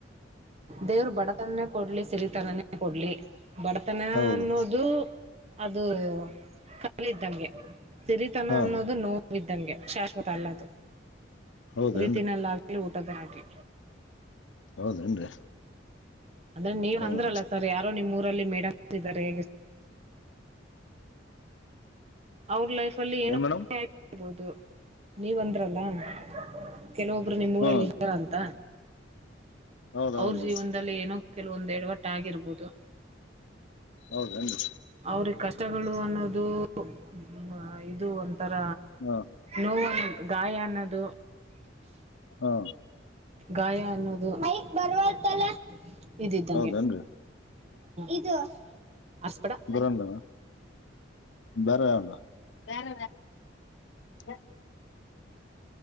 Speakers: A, on the right; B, on the left.
A: ದೇವರು ಬಡತನೇ ಕೊಡ್ಲಿ ಸರಿತಾನನ ಕೊಳ್ಳಿ ಬಡತನ
B: ಹೌದು
A: ಅನ್ನೋದು ಅದು ಕಾಲಿದ್ದಂಗೆ ಸಿರಿತನ
B: ಹಾ
A: ಅನ್ನೋದು ನೋ ಿದ್ದಂಗೆ ಶಾಶ್ವತ ಅಲ್ಲದು
B: ಹೌದ
A: ಲ್ಲ ತಕ್ಕಣಟಿ
B: ಹೌದೇನ್ರಿ
A: ಅಂದ್ರೆ ನೀವ್
B: ಹ್ಮ್
A: ಅಂದ್ರಲ್ಲ ಸರ್ ಯಾರೋ ನಿಮ್ಮೂರು ಲ್ಲಿ ಮೇಡಮ್ಸ್ ಇದ್ದಾರೆ ಅವರ್ ಲೈಫ್ ಲ್ಲಿ ಏನೋಬಹುದು
B: ಏನ್ ಮೇಡಮ್
A: ನೀವಂದ ಚಲಂಗ ಕೆಲವೊಬ್ರು ನಿಮ್ಮ್ೂಊರಲ್ಲಿ
B: ಹ್ಮ್
A: ಇದ್ದಾರ ಅಂತ
B: ಹೌದೌದು
A: ಅವ್ರ
B: ಮೇಡಮ್
A: ಜೀವನದಲ್ಲಿ ಏನೋ ಕೆಲ ಒಂದ ಎರಡು ವಟ್ಟ ಆಗಿರ್ಬಹುದು
B: ಹೌದು ನದು
A: ಅವ್ರಿಗೆ ಕಷ್ಟಗಳು ಅನ್ನೋದು ಇದು ಇದು ಒಂಥರ
B: ಹಾ
A: ನೋವನ್ನು ಗಾಯ ಅನ್ನೋದು
B: ಹಾ
A: ಗಾಯ ಅನ್ನೋದು ಬ ತಲ ಇದ ಇದ್ದಂಗೆ
B: ಹೌದೇನ್ರಿ
A: ಇದು ಹಸ್ಪಡ
B: ಗುರಂದ ಬೇರೆ ಯ ಬರೆ ಹ